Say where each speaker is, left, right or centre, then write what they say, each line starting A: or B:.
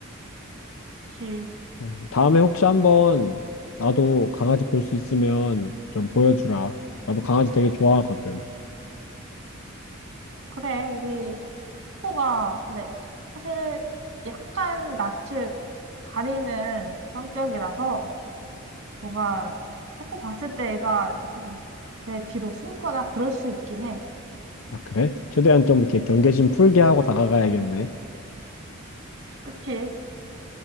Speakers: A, on the right; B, on the left.
A: 그치.
B: 어, 다음에 혹시 한번 나도 강아지 볼 수 있으면 좀 보여주라. 나도 강아지 되게 좋아하거든.
A: 그래, 우리 코가, 근데 사실 약간 낯을 가리는 성격이라서 뭔가 초코 봤을 때 애가 이렇게 좀 내 뒤로 숨거나 그럴 수 있긴 해.
B: 아, 그래? 최대한 좀 이렇게 경계심 풀게 하고 다가가야겠네.
A: 그치.